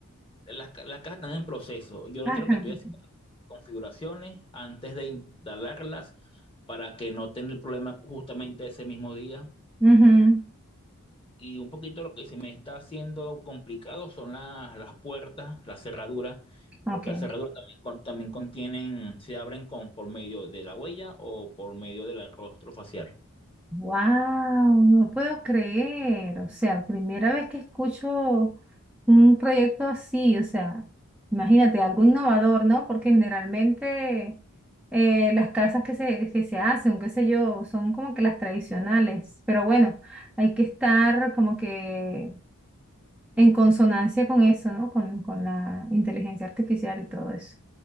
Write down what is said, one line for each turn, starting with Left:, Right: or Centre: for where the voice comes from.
Left: Las, ca- las casas están en proceso. Yo ahorita
Centre: Ah, están
Left: lo que estoy
Centre: hechas.
Left: haciendo es configuraciones antes de instalarlas para que no tenga el problema justamente ese mismo día
Centre: Ujú.
Left: Y un poquito lo que se me está haciendo complicado son las, las puertas, las cerraduras,
Centre: Ok.
Left: porque las cerraduras también, con- también contienen, se abren con, por medio de la huella o por medio del rostro facial.
Centre: Wow, no puedo creer. O sea, primera vez que escucho un proyecto así. O sea, imagínate, algo innovador, ¿no? Porque generalmente eh, las casas que se, que se hacen, qué sé yo, son como que las tradicionales. Pero bueno, hay que estar como que en consonancia con eso, ¿no? Con, con la inteligencia artificial y todo eso.